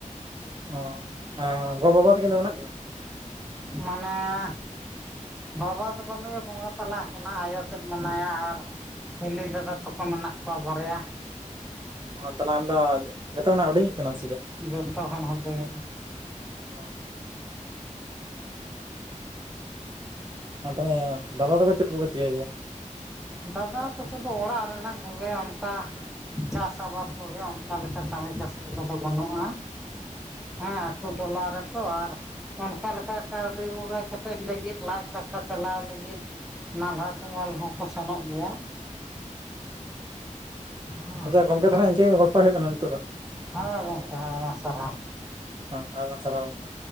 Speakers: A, on the right; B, in the centre.
A: ᱚ.. ᱟ.. ᱜᱚ-ᱵᱟᱵᱟ ᱛᱟᱹᱠᱤᱱ ᱫᱚ ᱢᱮᱱᱟᱜ ᱠᱤᱱᱟ
B: ᱢᱟᱱᱮᱻᱮ ᱵᱟᱵᱟ ᱫᱚ ᱵᱟᱹᱱᱩᱜᱭᱟ ᱵᱚᱸᱜᱟ ᱛᱟᱞᱟ ᱟᱠᱟᱱᱟᱭ ᱟᱭᱚ ᱛᱮᱜ ᱢᱮᱱᱟᱭᱟ ᱟᱨ ᱦᱤᱞᱤ ᱫᱟᱫᱟ ᱛᱟᱠᱚ ᱢᱮᱱᱟᱜ ᱠᱚᱣᱟ ᱵᱟᱨᱭᱟ
A: ᱚ.. ᱛᱟᱦᱚᱞᱮ ᱟᱢᱫᱚ ᱡᱚᱛᱚ ᱠᱷᱚᱱᱟᱜ ᱦᱩᱰᱤᱧ ᱤᱡ ᱠᱟᱱᱟᱢ ᱥᱮ ᱪᱮᱫ
B: ᱡᱚᱛᱚ ᱠᱷᱚᱱ ᱦᱩᱰᱤᱧ ᱤᱡ
A: ᱚᱸ ᱟᱨ ᱛᱟᱦᱚᱞᱮ ᱫᱟᱫᱟ ᱛᱚᱠᱚ ᱪᱮᱫ ᱠᱚᱠᱚ ᱪᱤᱠᱟᱹᱭ ᱜᱮᱭᱟ
B: ᱫᱟᱫᱟ ᱛᱚᱠᱚ ᱫᱚ ᱚᱲᱟᱜ ᱨᱮᱱᱟᱜ ᱠᱚᱜᱮ ᱚᱱᱠᱟ ᱪᱟᱥ ᱟᱵᱟᱫ ᱠᱚᱜᱮ ᱚᱱᱠᱟ ᱞᱮᱠᱟ ᱠᱟᱹᱢᱤ ᱠᱟᱹᱥᱱᱤ ᱠᱚᱫᱚ ᱵᱟᱹᱱᱩᱜᱼᱟ ᱦᱮᱸ ᱟᱛᱩ ᱴᱚᱞᱟ ᱨᱮᱛᱚ ᱟᱨ ᱚᱱᱠᱟ ᱞᱮᱠᱟ ᱠᱟᱹᱣᱰᱤ ᱢᱩᱨᱟᱹᱭ ᱠᱮᱴᱮᱡ ᱞᱟᱹᱜᱤᱫ ᱞᱟᱡ ᱫᱟᱠᱟ ᱪᱟᱞᱟᱣ ᱞᱟᱹᱜᱤᱫ ᱱᱟᱞᱦᱟ ᱛᱩᱢᱞ ᱦᱚᱸᱠᱚ ᱥᱮᱱᱚᱜ ᱜᱮᱭᱟ ᱦᱮᱸ
A: ᱟᱪᱪᱷᱟ ᱜᱚᱝᱠᱮ ᱛᱟᱦᱚᱞᱮ ᱤᱱᱠᱟᱹ ᱜᱮ ᱜᱚᱞᱯᱷᱚ ᱦᱩᱭᱩᱜ ᱠᱟᱱᱟ ᱱᱤᱛᱚᱜ ᱫᱚ
B: ᱦᱮᱸ ᱜᱚᱝᱠᱮ ᱦᱮᱸᱟᱭᱢᱟ ᱥᱟᱨᱦᱟᱣ
A: ᱦᱚᱸ ᱟᱭᱢᱟ ᱥᱟᱨᱦᱟᱣ ᱜᱚᱝᱠᱮ